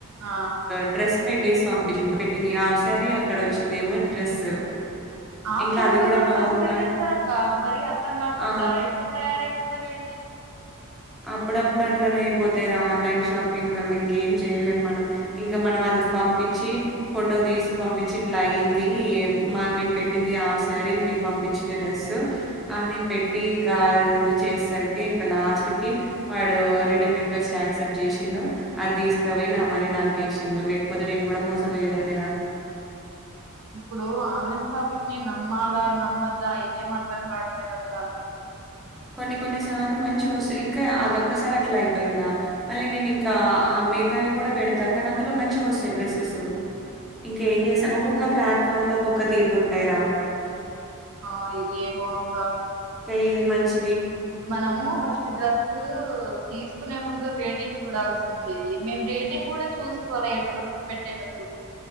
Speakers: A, on the right (about 70°); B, in the centre.
A: ఆ
B: డ్రెస్ పెట్టేసి పంపించిండు పెట్టింది హాఫ్ సారీ అక్కడ వచ్చిందేమో డ్రెస్
A: హాఫ్
B: ఇంకా
A: సారి
B: అది
A: బదులు
B: కూడా బాగుందా
A: డ్రెస్ ఎట్ల
B: అంటే
A: ఇస్తారక్క మరీ అర్ధం కాకుండా
B: ఆ ఆ!
A: ఎట్టా తయారై మరేంటి
B: అప్పుడప్పుడు అట్లనే అయిపోతాయిార ఆన్లైన్ షాపింగ్ వల్ల ఇంకేం చేయలేము మనం ఇంకా మనం అది పంపించి ఫోటో తీసి పంపించి ఇట్లా అయ్యింది మా మేము పెట్టింది హాఫ్ సారీ మీ పంపించిన డ్రెస్ అని
A: ఆ
B: పెట్టి ఇంకాది చేసేసరికి ఇంకా లాస్ట్ వాడు రిటర్న్ రిక్వెస్ట్ యాక్సెప్ట్ చేసిండు అది తీసుకు పోయినామని నాకేసిండు లేకపోతే నేను కూడా మోసపోయేదాన్ని రా
A: ఇప్పుడు ఆన్లైన్ షాపింగ్ ని నమ్మాలా నమ్మద్దా ఏం అర్ధం కాటలేదక్క
B: కొన్ని కొన్నిసార్లు మంచిగా వస్తాయి ఇంకా అదొక్కసారి అట్లా అయిపోయిందా మళ్ళీ నేను ఇంకా మిగతావి కూడా పెడతా కానీ అందులో మంచిగా వస్తాయి డ్రెస్సెస్ ఇంకా ఏం చేస్తాం ఒక్కొక్క ప్లాట్ఫామ్లో ఒక్కొక్క తీరుగు ఉంటాయిరా
A: ఆ ఏమో అక్క
B: ఏది మంచి
A: మనము ఫస్ట్ డ్రెస్ తీసుకునే ముందు రేటింగ్ చూడాల్సి దీదీ మేము రేటింగ్ కూడా చూస్త <unintelligible> పెట్టేటప్పు